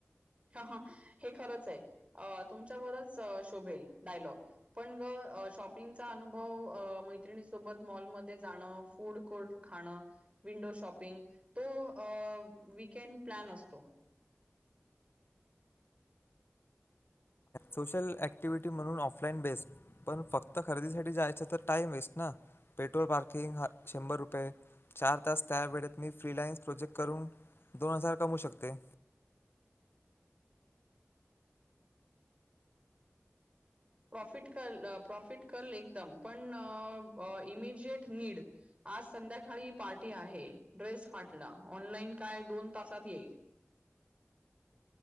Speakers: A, on the right; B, on the left.
A: हं हं हे खरंच आहे तुमच्यावरच शोभेल डायलॉग पण ग शॉपिंगचा अनुभव मैत्रिणीसोबत मॉलमध्ये जाणं, फूड कोर्ट खाणं विंडो शॉपिंग तो अं विकेन्ट प्लॅन असतो.
B: सोशल ऍक्टिव्हटी म्हणून ऑफलाईन बेस्ट पण फक्त खरेदीसाठी जायच तर टाइम वेस्ट ना. पेट्रोल पार्किंग शंभर रुपये चार तास त्या वेळेत मी फिलायन्स प्रोजेक्ट करून दोन हजार कमऊ शकते.
A: <inaudible> प्रॉफिट कल प्रॉफिट कल एकदम पण अं इमिजिट नीड आज संध्याकाळी पार्टी आहे ड्रेस फाटला ऑनलाईन काय दोन तासात येईल